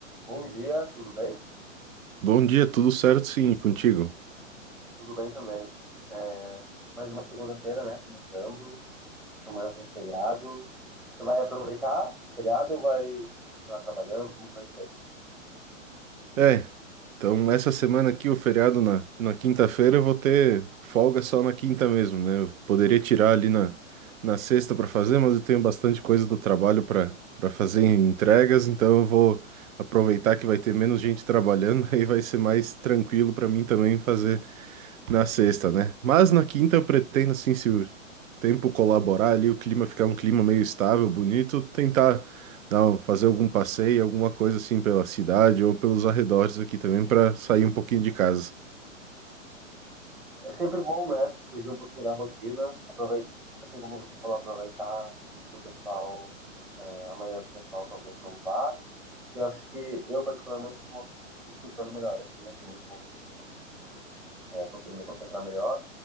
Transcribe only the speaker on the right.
Bom dia, tudo certo? Sim, e contigo.
É, então essa semana aqui, o feriado na, na quinta-feira, eu vou ter folga só na quinta mesmo, né? Eu poderia tirar ali na, na sexta para fazer, mas eu tenho bastante coisa do trabalho para para fazer em entregas, então eu vou aproveitar que vai ter menos gente trabalhando, <laughs> aí vai ser mais tranquilo para mim também fazer na sexta, né? Mas na quinta eu pretendo, assim, se o tempo colaborar ali, o clima ficar um clima meio estável, bonito, tentar dar, um- fazer algum passeio, alguma coisa assim pela cidade ou pelos arredores aqui também para sair um pouquinho de casa.